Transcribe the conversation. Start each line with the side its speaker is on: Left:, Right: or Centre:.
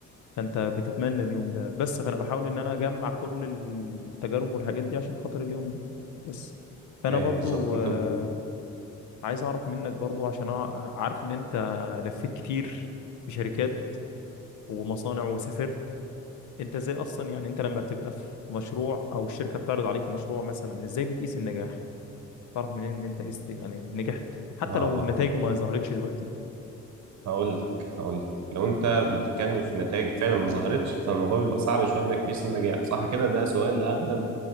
Left: فانت بتتمنى اليوم ده بس فانا بحاول ان انا اجمع كل التجارب والحاجات دي عشان خاطر اليوم ده بس فانا
Right: أيوه
Left: برضو
Right: بالظبط أنت
Left: آه،
Right: ب-
Left: عايز اعرف منك برضو عشان أع- عارف ان انت لفيت كتير في شركات ومصانع وسافرت انت ازاي اصلا يعني انت لما بتبقى في مشروع او الشركه بتعرض عليك مشروع مثلا ازاي بتقيس النجاح تعرف منين ان انت است يعني نجحت حتى
Right: آه
Left: لو
Right: آه
Left: نتائجه ما ظهرتش دلوقتي
Right: هقول لك هقول لك لو أنت بتتكلم في نتائج فعلا ما ظهرتش فالموضوع بيبقى صعب شوية إنك تقيس النجاح صح كده ده سؤال لأغلب